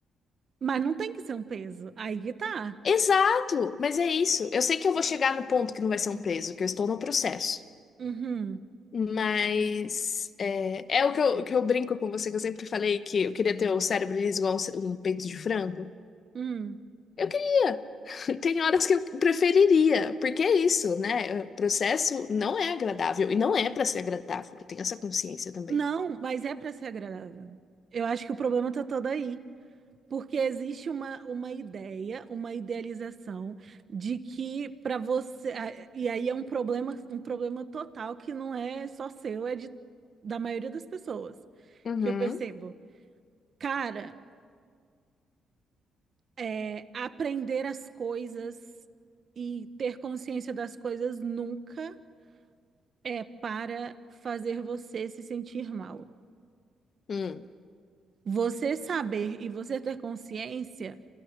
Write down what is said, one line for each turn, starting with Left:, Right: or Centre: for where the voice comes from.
Right: mas não tem que ser um peso. Aí que tá.
Left: exato, mas é isso. Eu sei que eu vou chegar no ponto que não vai ser um preso, que eu estou no processo.
Right: Uhum,
Left: Mas é, é o que eu, que eu brinco com você, que eu sempre falei que eu queria ter o cérebro liso igual um, ce- um peito de frango.
Right: uhum.
Left: Eu queria. <laughs> Tem horas que eu preferiria, porque é isso, né? O processo não é agradável e não é para ser agradável. Eu tenho essa consciência também.
Right: Não, mas é pra ser agradável. Eu acho que o problema tá todo aí. Porque existe uma, uma ideia, uma idealização de que para você. ah, E aí é um problema, um problema total que não é só seu, é de, da maioria das pessoas.
Left: Uhum.
Right: Que eu percebo. Cara, é, aprender as coisas e ter consciência das coisas nunca é para fazer você se sentir mal.
Left: Hum.
Right: Você saber e você ter consciência.